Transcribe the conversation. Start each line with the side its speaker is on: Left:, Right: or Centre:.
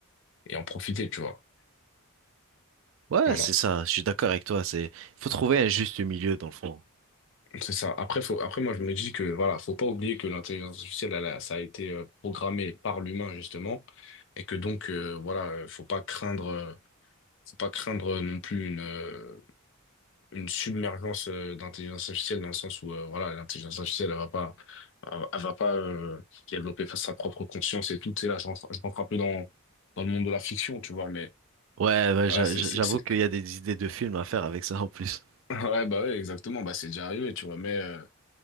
Left: et en profiter, tu vois.
Right: Ouais,
Left: Voilà,
Right: c'est ça. Je suis d'accord avec toi. C'est, faut trouver un juste milieu dans le fond.
Left: c'est ça. Après, faut, après, moi, je me dis que, voilà, faut pas oublier que l'intelligence artificielle, elle a- ça a été euh, programmé par l'humain, justement, et que donc, euh, voilà, euh, faut pas craindre, euh, faut pas craindre euh, non plus une, euh, une submergence euh, d'intelligence artificielle dans le sens où, euh, voilà, l'intelligence artificielle, elle va pas, elle, elle va pas euh, développer sa propre conscience et tout. Tu sais, là, je rentre, je rentre un peu dans, dans le monde de la fiction, tu vois, mais
Right: Ouais, ouais,
Left: voilà,
Right: j'a-
Left: c'est,
Right: j'a-
Left: c'est,
Right: j'avoue
Left: c'est,
Right: qu'il
Left: <laughs>
Right: y a des idées de films à faire avec ça en plus.
Left: ouais, bah ouais, exactement, bah c'est déjà arrivé, tu vois, mais euh,